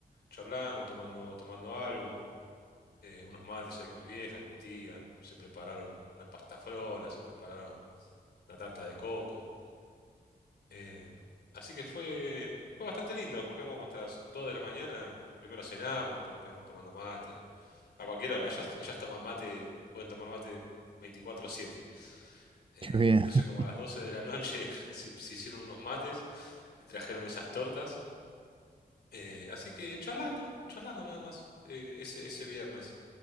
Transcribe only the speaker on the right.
qué bien.
<laughs>